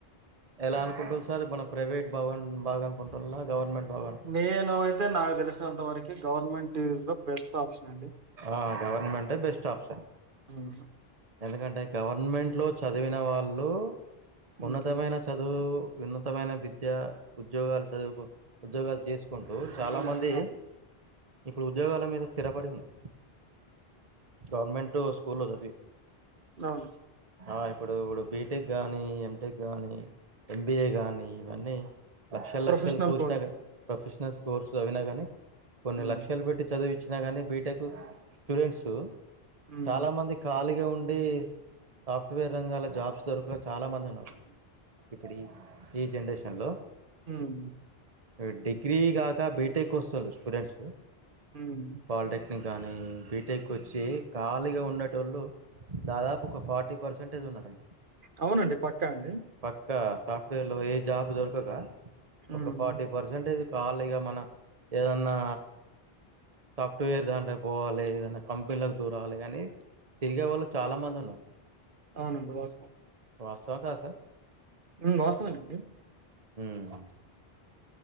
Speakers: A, on the right; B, on the right.
A: ఎలా అనుకుంటుల్ సార్ మనం ప్రైవేట్ బావ్ బాగా అనుకుంటుల్లా గవర్నమెంట్ బాగా
B: నేను అయితే నాకు తెలిసినంతవరకు government is the best option అండి
A: ఆ గవర్నమెంటే బెస్ట్ ఆప్షన్
B: ఉ హూ
A: ఎందుకంటే గవర్నమెంట్ లో చదివిన వాళ్ళు ఉన్నతమైన
B: ఉమ్
A: చదువు ఉన్నతమైన విద్య ఉద్యోగాలు చదువుకు ఉద్యోగాలు చేసుకుంటూ చాలా మంది
B: ఆ,
A: ఇప్పుడు ఉద్యోగాల మీద స్థిరపడి ఉన్నారు గవర్నమెంటు స్కూల్లో చదివి
B: అవును
A: ఆ ఇప్పుడు ఇప్పుడు బీటెక్ గాని ఎంటెక్ గానీ ఎంబిఏ గాని ఇవన్నీ లక్షల లక్షలు
B: ప్రొఫెషనల్
A: పోశినా
B: కోర్స్
A: గని ప్రొఫెషనల్ కోర్స్ చదివినా గానీ కొన్ని
B: ఉమ్
A: లక్షలు పెట్టి చదివి ఇచ్చినా గానీ బీటెక్ స్టూడెంట్స్
B: ఉమ్
A: చాలా మంది ఖాళీగా ఉం డి సాఫ్ట్వేర్ రంగాల జాబ్స్ దొరక చాలా మంది ఉన్నారు ఇప్పుడు ఈ ఈ జనరేషన్ లో
B: ఉమ్
A: ఎ డిగ్రీ గాక బీటెకు వస్తురు స్టూడెంట్స్
B: ఉమ్
A: పాలిటెక్నిక్ గానీ బీటెక్ వచ్చి ఖాళీగా ఉండేటోళ్ళు దాదాపు ఒక ఫార్టీ పర్సెంటేజ్ ఉన్నారండి
B: అవునండి. పక్కా అండి.
A: పక్కా సాఫ్ట్వేర్ లో ఏ జాబ్ దొరకకా
B: హ్మ్.
A: ఒక ఫార్టీ పర్సెం టేజ్ ఖాళిగా మన ఏదన్నా సాఫ్ట్వేర్ దాంట్లకి పోవాలె ఏదన్నా కంపెనీల దూరాలి అని తిరిగే వాళ్ళు చాలా మంది ఉన్నారు
B: అవునండి వాస్తవం
A: వాస్తవం రాస
B: నువ్వు రాసవండి
A: మ్